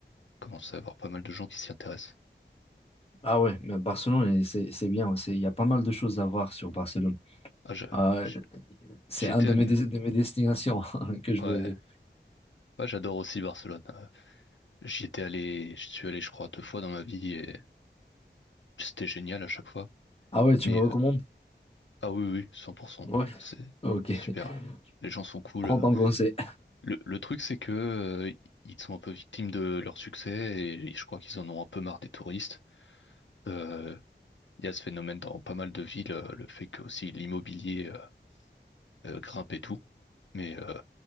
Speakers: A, on the left; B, on the left.
A: Commence à avoir pas mal de gens qui s'y intéressent.
B: Ah ouais, mais Barcelone, et c'est c'est bien. c'est- Il y a pas mal de choses à voir sur Barcelone.
A: Ah, je-
B: Ah,
A: j-
B: c'est
A: j'y
B: un de
A: allé.
B: mes, des- de mes destinations <laughs> que je
A: Ouais,
B: vais.
A: ouais, j'adore aussi Barcelone. Euh, J'y étais allé, je suis allé, je crois, deux fois dans ma vie et c'était génial à chaque fois.
B: Ah ouais, tu
A: Mais
B: me recommandes?
A: euh, ah oui, oui, oui, 100%.
B: Ouais,
A: C'est
B: ok.
A: c'est
B: <laughs>
A: super. là. Les gens sont cool.
B: Prends
A: euh.
B: ton conseil.
A: Le, le truc, c'est que euh, ils sont un peu victimes de leur succès et je crois qu'ils en ont un peu marre des touristes. Euh, Il y a ce phénomène dans pas mal de villes, euh, le fait que aussi l'immobilier euh, euh, grimpe et tout. Mais euh,